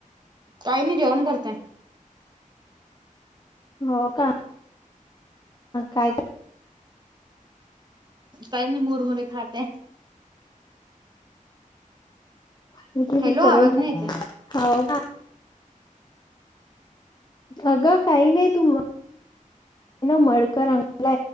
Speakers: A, on the right; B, on the left.
A: काही मी जेवण करते.
B: हो का काय?
A: पहिले मुरमुरे खातात.
B: तीच काही
A: हॅलो
B: सरळ
A: आवाज
B: नाही
A: येते
B: होना. अगं काही नाही तुम मळकर अंकला